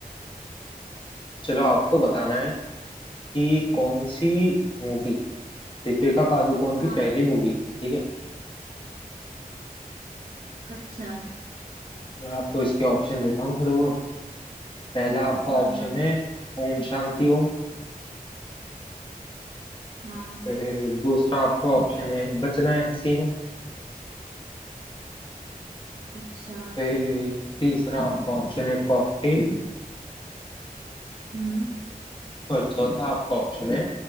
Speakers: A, on the left (about 35°); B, on the right (about 55°).
A: चलो आपको बताना है कि कौन सी मूवी दीपिका पादुकोण
B: हाँ
A: की पहली मूवी थी ठीक है
B: अच्छा
A: मैं आपको इसके ऑप्शन देता हूँ थोड़े बहुत पहला आपका
B: हाँ
A: ऑप्शन
B: बत,
A: है ओम शांति ओम
B: हाँ
A: फिर दूसरा आपका ऑप्शन है बचना है हसीनों
B: अच्छा
A: फिर तीसरा आपका ऑप्शन है कॉकटेल
B: हम्म
A: और चौथा आपका ऑप्शन है